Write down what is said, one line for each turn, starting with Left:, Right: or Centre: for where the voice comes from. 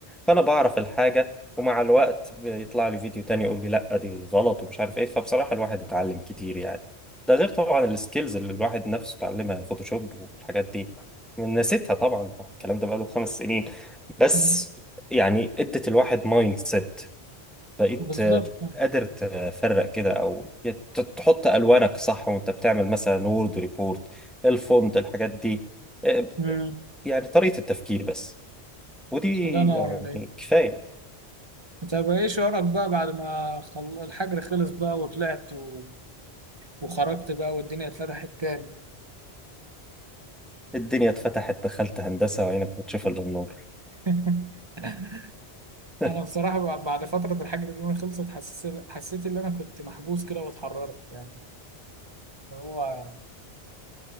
Centre: فأنا بعرف الحاجة ومع الوقت بيطلع لي فيديو تاني يقول لي لأ دي غلط ومش عارف إيه فبصراحة الواحد اتعلم كتير يعني ده غير طبعا السكيلز اللي الواحد نفسه اتعلمها فوتوشوب والحاجات دي نسيتها طبعا الكلام ده بقاله خمس سنين بس
Right: مم.
Centre: يعني ادت الواحد مايند سيت بقيت
Right: بالظبط
Centre: قادر تفرق كده او ت- تحط الوانك صح وانت بتعمل مثلا وورد ريبورت الفونت الحاجات دي آه،
Right: امم
Centre: يعني طريقة التفكير بس ودي
Right: الله ينور
Centre: يعني
Right: عليك
Centre: كفاية
Right: طب إيه شعورك بقى بعد ما خل... الحجر خلص بقى وطلعت و... وخرجت بقى والدنيا اتفتحت تاني
Centre: الدنيا اتفتحت دخلت هندسة وعينك ما تشوف الا النور
Right: <laughs>
Centre: <laughs>
Right: أنا بصراحة بع- بعد فترة الحجر اللي أنا خلصت حسيت حسيت إن أنا كنت محبوس كده واتحررت يعني اللي هو